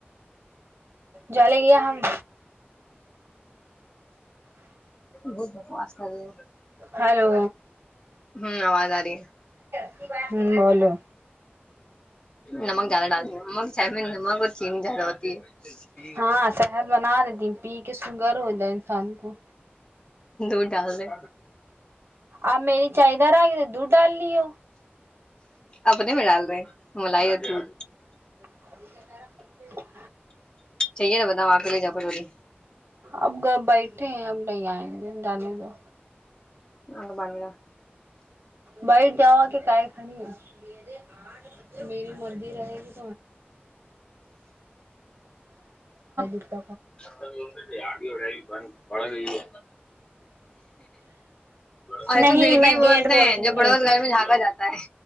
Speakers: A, on the right; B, on the left.
A: جلے گیا ہم
B: بت بواس کر رہی
A: ہلو
B: ہ آواز آ رہی ہے
A: ہ بولو
B: نمک زیادہ ڈال د نم چائے میں نمک اور چین زیادہ ہوتی ہے جی
A: ہاں صحت بنا دیتی پی کے سوگر ہو جائے انسان کو
B: دھ ڈال د ے
A: آپ میری چائے ادھر آ گئی دودھ ڈال لیو
B: اپنے میں ڈال رہے ہیں ملائیدین
A: اب جنارا من
B: چاہیے نا بتاؤ آ کےے لے جاؤ تھوڑی
A: اب گ بیٹھے ہیں اب ل آئیں گ جان تو
B: ہگ بانییا
A: بائر جاوا کہ کائی خانی میرے میری مرضی رہے گی ج
B: ہو آڈیو ری بند پڑھ گئی ہے اور
A: نہیں
B: تو گھڑکی
A: میں
B: بولتے
A: گیٹ بولتی
B: ہیں جو
A: ہوں
B: پڑوس
A: گیٹ
B: گھر میں جھانکا جاتا